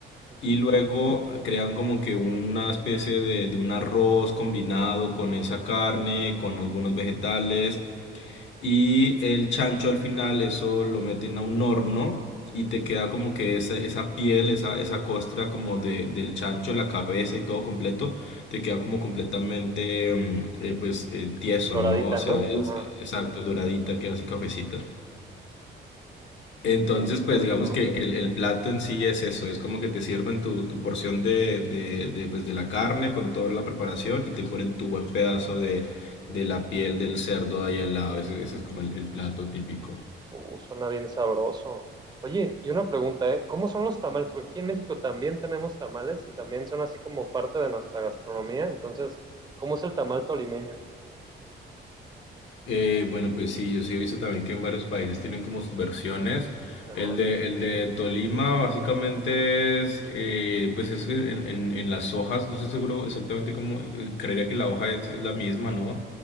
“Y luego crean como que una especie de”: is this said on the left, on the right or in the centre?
Left